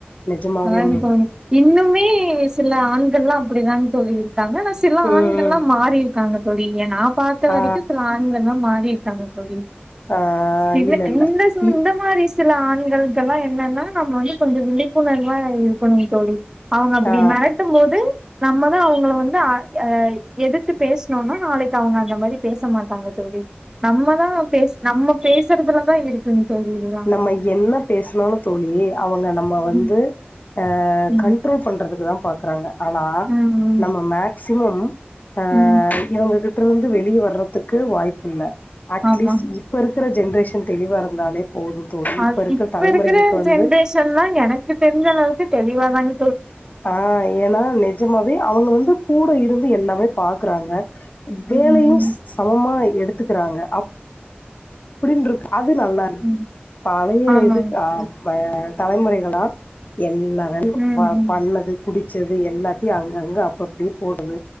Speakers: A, on the left; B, on the right.
A: நிஜமாவேமே
B: அதா தோழி இன்னுமே சில ஆண்கள்லா அப்டிதாங் தோழி இருக்காங்க ஆனா சில
A: ம்
B: ஆண்கள்லா மாறிருக்காங்க தோழி நா பார்த்த
A: ஆ
B: வரைக்கு சில ஆண்கள்லா மாரி க்காங்க தோழி
A: ஆ
B: சில
A: இல்ல இல்ல
B: இந்த
A: இ
B: இந்த மாரி சில ஆண்கள் ல்லா என்னன்னா நம்ம வந்து கொஞ்சோ விழிப்புணர்வா இருக்கணு தோழி அவங்க அப்டி
A: ஆ
B: மெறட்டும் போது நம்மதா அவங்கள வந்து அ எதிர்த்து பேசுனோனா நாளைக்கு அவங்க அந்த மாரி பேச மாட்டாங்க தோழி நம்மதா பேசு நம்ம பேசுறதுலதா இருக்குங் தோழி இதுலா
A: நம்ம என்ன பேசனாலு தோழி அவங்க நம்ம வந்து
B: ம்
A: அ அ
B: ம்
A: கண்ட்ரோல் பண்றதுக்கு தா பாக்கறாங்க ஆனா
B: ம்
A: நம்ம மேக்சிமம் ஆ
B: ம்
A: இவுங்ககிட்ருந்து வெளிய வர்றதுக்கு வாய்ப்பு இல்ல அட்லீஸ்
B: ஆமா
A: இப்ப இருக்ற ஜென்ரேஷன் தெளிவா இருந்தாலே போதும் தோழி
B: அஸ்
A: இருக்கிற
B: இப்ப
A: தலைமுறைகளுக்கு
B: இருக்கற
A: வந்து
B: ஜென்ரேஷன்லா எனக்கு தெரிஞ்ச அளவுக்கு தெளிவாதாங்
A: ஆ ஏனா நெஜமாவே அவுங்க வந்து கூட இருந்து எல்லாமே பாக்குறாங்க வேலையு
B: ம் ம்
A: ஸ் சமமா எடுத்துக்கிறாங்க அப்டின் இருக்க அது நல்லாகுது
B: ம்
A: பழைய
B: ஆமாங்க
A: இது த
B: தோழி
A: ம தலைமுறைகள்லா எல் லா வேலையு
B: ம்
A: ப
B: ம்
A: பண்ணது குடிச்சது எல்லாத்தியு அங்கங்க அப்பப்டியே போடுது